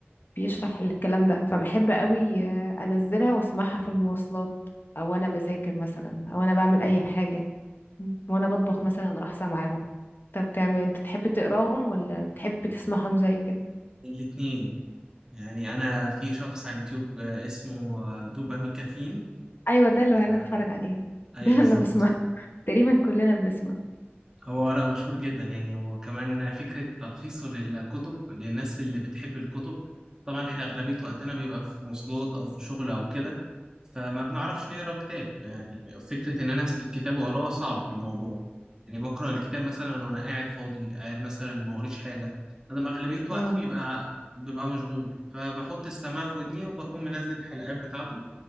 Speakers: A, on the left (about 55°); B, on the right (about 15°).
A: بيشرح الكلام ده فبحب قوي آه، انزلها واسمعها في المواصلات او انا بذاكر مثلا او انا بعمل اي حاجه وانا بطبخ مثلا اروح سامعاهم طب بتعمل انت تحب تقراهم ولا بتحب تسمعهم زي كده
B: الاتنين يعني أنا في شخص على اليوتيوب آه، اسمه آه، دوباميكافين
A: ايوه ده اللي انا
B: آه،
A: بتفرج عليه
B: أيوه
A: ده اللي
B: بالظبط
A: انا بسمعه تقريبا كلنا بنسمعه
B: هو لا مشهور جدا يعني هو كمان فكرة تلخيصه للكتب للناس اللي بتحب الكتب طبعا احنا أغلبية وقتنا بيبقى في مواصلات أو في شغل أو كده فما بنعرفش نقرا كتاب يعني فكرة إن أنا أمسك الكتاب وأقراه صعب في الموضوع يعني بقرأ الكتاب مثلا وأنا قاعد فاضي قاعد مثلا ما وريش حاجة أنا أغلبية وقتي
A: اه
B: بيبقى ببقى مشغول فبحط السماعة في ودني وبكون منزل الحلقات بتاعته